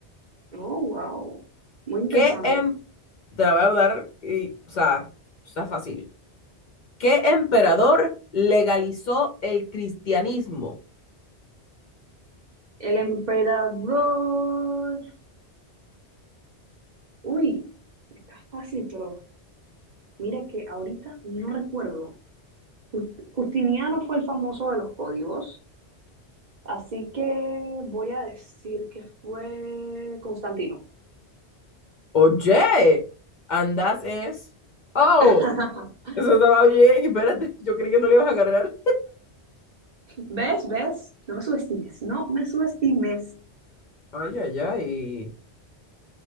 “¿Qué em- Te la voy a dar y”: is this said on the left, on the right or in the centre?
Left